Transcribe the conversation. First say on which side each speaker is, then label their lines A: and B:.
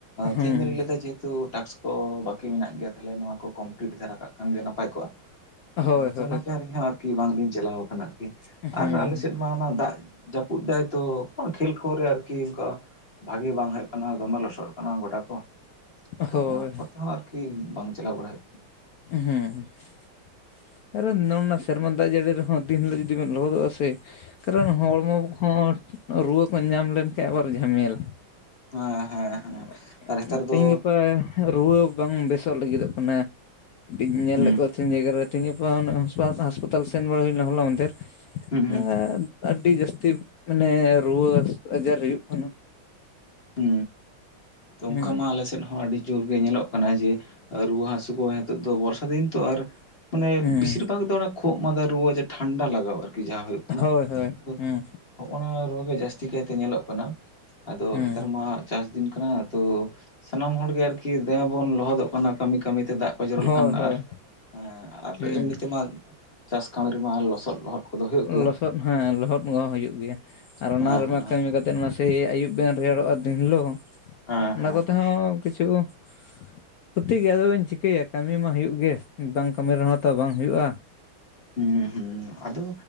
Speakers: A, on the left; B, on the left.
A: ᱦᱩᱸ
B: ᱛᱤᱦᱤᱧ ᱫᱷᱟᱹᱨᱤᱜ ᱦᱤᱞᱚᱜ ᱫᱚ ᱡᱮᱦᱩᱛᱩ ᱴᱟᱠᱥ ᱠᱚ ᱵᱟᱠᱤ ᱢᱮᱱᱟᱜ ᱜᱮᱭᱟ ᱛᱟᱦᱚᱞᱮ ᱱᱚᱣᱟ ᱠᱚ ᱠᱚᱢᱯᱞᱤᱴ ᱫᱟᱨᱟ ᱠᱟᱜ ᱠᱷᱟᱱ ᱜᱮ ᱱᱟᱯᱟᱭ ᱠᱚᱜᱼᱟ
A: ᱦᱳᱭ
B: ᱟᱫᱚ
A: ᱦᱳᱭ
B: ᱚᱱᱟ ᱛᱮ ᱤᱧ ᱦᱚᱸ ᱟᱨᱠᱤ ᱵᱟᱝ ᱞᱤᱧ ᱪᱟᱞᱟᱣ ᱟᱠᱟᱱᱟ ᱟᱨᱠᱤ
A: ᱦᱮᱸ
B: ᱟᱨ ᱟᱞᱮ ᱥᱮᱫ ᱚᱱᱟ ᱚᱱᱟ ᱫᱟᱜ ᱡᱟᱹᱯᱩᱫ ᱫᱟᱭᱛᱚ ᱠᱷᱮᱞ ᱠᱚᱨᱮ ᱟᱨᱠᱤ ᱚᱱᱠᱟ ᱵᱷᱟᱜᱤ ᱵᱟᱝ ᱦᱩᱭᱩᱜ ᱠᱟᱱᱟ ᱫᱚᱢᱮ ᱞᱚᱥᱚᱫ ᱟᱠᱟᱱᱟ ᱜᱚᱰᱟ ᱠᱚ᱾ ᱛᱚ
A: ᱦᱳᱭ
B: ᱚᱱᱟ ᱠᱚᱛᱮᱦᱚᱸ ᱟᱨᱠᱤ ᱵᱟᱝ ᱪᱟᱞᱟᱣ ᱵᱟᱲᱟᱭ ᱦᱩᱭᱩᱜ ᱠᱟᱱᱟ
A: <inaudible> ᱟᱨᱚ <inaudible> ᱥᱮᱨᱢᱟ ᱫᱟᱜ ᱡᱟᱹᱲᱤ ᱨᱮᱦᱚᱸ ᱫᱤᱱ ᱦᱤᱞᱳᱜ ᱡᱩᱫᱤ ᱵᱮᱱ ᱞᱚᱦᱚᱫᱚᱜᱼᱟ ᱥᱮ᱾ ᱠᱟᱨᱚᱱ ᱦᱚᱲᱢᱚ ᱦᱚᱸ ᱨᱩᱣᱟᱹ ᱠᱚ ᱧᱟᱢ ᱞᱮᱱᱠᱷᱟᱱ ᱟᱵᱟᱨ ᱡᱷᱟᱢᱮᱞᱟ᱾
B: ᱦᱮᱸ ᱦᱮᱸ
A: <unintelligible>
B: ᱦᱮᱸ ᱦᱮᱸ ᱟᱨ ᱱᱮᱛᱟᱨ
A: ᱛᱮᱦᱮᱧ
B: ᱫᱚ
A: ᱜᱟᱯᱟ᱾ ᱨᱩᱣᱟᱹ ᱵᱟᱝ ᱵᱮᱥᱚᱜ ᱞᱟᱹᱜᱤᱫᱚᱜ ᱠᱟᱱᱟ᱾ <inaudible> ᱧᱮᱞ
B: ᱦᱩᱸ
A: ᱞᱮᱫ ᱠᱚᱣᱟ <inaudible> ᱧᱮᱞ ᱞᱮᱜ ᱠᱚᱣᱟ ᱛᱤᱦᱤᱧ ᱜᱟᱯᱟ ᱦᱟᱥᱯᱟᱛᱟᱞ ᱥᱮᱱ ᱵᱟᱲᱟ ᱦᱩᱭ ᱞᱮᱱᱟ ᱦᱚᱞᱟ ᱢᱟᱫᱷᱮᱨ᱾
B: ᱦᱩᱸ ᱦᱩᱸ
A: <inaudible> ᱟᱹᱰᱤ ᱡᱟᱹᱥᱛᱤ ᱢᱟᱱᱮ ᱨᱩᱣᱟᱹ ᱟᱡᱟᱨ ᱦᱩᱭᱩᱜ ᱠᱟᱱᱟ᱾
B: <inaudible> <inaudible> ᱛᱚ ᱚᱱᱠᱟ
A: ᱦᱮᱸ
B: ᱢᱟ ᱟᱞᱮᱥᱮᱫ ᱦᱚᱸ ᱟᱹᱰᱤ ᱡᱳᱨ ᱜᱮ ᱧᱮᱞᱚᱜ ᱚᱱᱟ ᱡᱮ ᱨᱩᱣᱟᱹᱦᱟᱥᱳ ᱠᱚ ᱱᱤᱛᱚᱜ ᱫᱚ ᱵᱚᱨᱥᱟ ᱫᱤᱱ ᱛᱚ ᱟᱨ ᱢᱟᱱᱮ
A: ᱦᱮᱸ
B: ᱵᱮᱥᱤᱨ ᱵᱷᱟᱜ ᱫᱚ ᱚᱱᱟ᱾ ᱠᱷᱩᱜ ᱢᱟᱸᱫᱟ ᱨᱩᱣᱟᱹ ᱡᱮ ᱴᱷᱟᱱᱰᱟ ᱞᱟᱜᱟᱣ ᱟᱨᱠᱤ ᱡᱟᱦᱟᱸ ᱦᱩᱭᱩᱜ ᱠᱟᱱᱟ
A: ᱦᱳᱭ ᱦᱳᱭ
B: ᱛᱚ
A: ᱦᱮᱸ
B: ᱚᱱᱟ <inaudible> ᱨᱩᱣᱟᱹ ᱜᱮ ᱡᱟᱹᱥᱛᱤ ᱠᱟᱭᱛᱮ ᱧᱮᱞᱚᱜ ᱠᱟᱱᱟ ᱟᱫᱚ
A: ᱦᱮᱸ
B: ᱱᱮᱛᱟᱨ ᱪᱟᱥ ᱫᱤᱱ ᱠᱟᱱᱟ ᱛᱚ ᱥᱟᱱᱟᱢ ᱦᱚᱲ ᱜᱮ ᱟᱨᱠᱤ ᱫᱚᱢᱮ ᱵᱚᱱ ᱞᱚᱦᱚᱫᱚᱜ ᱠᱟᱱᱟ ᱠᱟᱹᱢᱤ ᱠᱟᱹᱢᱤᱛᱮ ᱫᱟᱜ ᱠᱚ ᱡᱚᱨᱚ ᱞᱮᱠᱷᱟᱱ
A: ᱦᱳᱭ
B: ᱟᱨ
A: ᱦᱳᱭ
B: <inaudible> ᱟᱨ
A: ᱦᱮᱸ
B: ᱮᱢᱱᱤ ᱛᱮᱢᱟ ᱪᱟᱥ ᱠᱟᱹᱢᱤ ᱨᱮᱢᱟ ᱟᱨ ᱞᱚᱥᱚᱫ ᱞᱚᱦᱚᱫ ᱠᱚᱫᱚ ᱦᱩᱭᱩᱜ ᱜᱮᱭᱟ
A: ᱞᱚᱥᱚᱫ ᱦᱮᱸ ᱞᱚᱦᱚᱫ ᱢᱟ ᱦᱩᱭᱩᱜ ᱜᱮᱭᱟ ᱟᱨ ᱚᱱᱟ
B: ᱦᱮᱸ
A: ᱨᱮᱢᱟ ᱠᱟᱹᱢᱤ
B: ᱠᱚᱜᱮ
A: ᱠᱟᱛᱮᱫ ᱱᱚᱣᱟ ᱛᱮ ᱟᱹᱭᱩᱵ ᱵᱮᱱ ᱨᱮᱭᱟᱲᱚᱜᱼᱟ ᱫᱤᱱ ᱦᱤᱞᱳᱜ
B: ᱦᱮᱸ
A: ᱚᱱᱟ
B: ᱦᱮᱸ
A: ᱠᱚᱛᱮ
B: ᱦᱮᱸ
A: ᱦᱚᱸ ᱠᱤᱪᱷᱩ <inaudible> ᱜᱮ ᱟᱫᱚ ᱵᱤᱱ ᱪᱤᱠᱟᱹᱭᱟ ᱠᱟᱹᱢᱤ ᱢᱟ ᱦᱩᱭᱩᱜ ᱜᱮ ᱵᱟᱝ ᱠᱟᱹᱢᱤ ᱨᱮᱦᱚᱸ ᱛᱚ ᱵᱟᱝ ᱦᱩᱭᱩᱜᱼᱟ᱾
B: ᱦᱩᱸ ᱦᱩᱸ ᱟᱫᱚ